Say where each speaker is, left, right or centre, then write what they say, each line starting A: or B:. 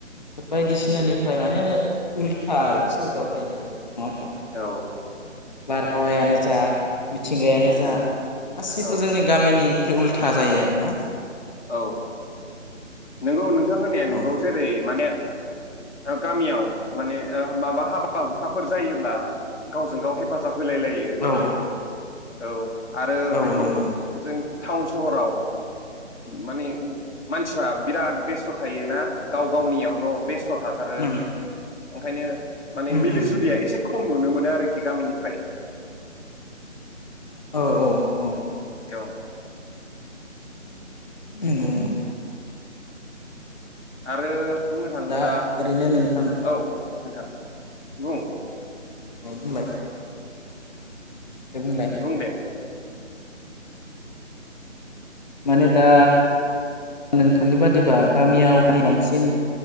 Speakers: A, on the left; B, on the left.
A: बायदिसिनानिफ्राय माने ओ उल्था आरो सोहेराव थायोब्ला नङा होनबा।
B: औ।
A: बार हावायानो जा मिथिंगायानो जा
B: उम
A: गासिबो
B: औ
A: जोंनि गामिनि उल्था जायो आरोना।
B: औ नोंगौ नोंथांमोना नोंगौ
A: औ
B: जेरै माने गामियाव माने माबा हाबा हुखाफोर जायोब्ला गावजों गाव हेफाजाब। होलाय लायो।
A: औ
B: औ। आरो
A: औ
B: बेखौ
A: नंगौ
B: जों। टाउन सहराव। माने मानसिफ्रा बिराद बेस्थ' थायोना गाव गावनियावल' बेस्थ'। बेस्थ' थाथारो।
A: नंगौ
B: ओंखायनो। माने
A: नंगौ
B: मिलि जुलिया एसे खम नुनो मोनो आरोखि गामिनिफ्राय।
A: औ औ औ।
B: औ।
A: नंगौ नंगौ
B: आरो बुंनो थाङोब्ला
A: दा ओरैनो नोंथां
B: औ नोंथां। बुं।
A: <inaudible> दे बुंलाय
B: बुं दे।
A: माने दा नोंथांनि बादिबा गामियाव बांसिन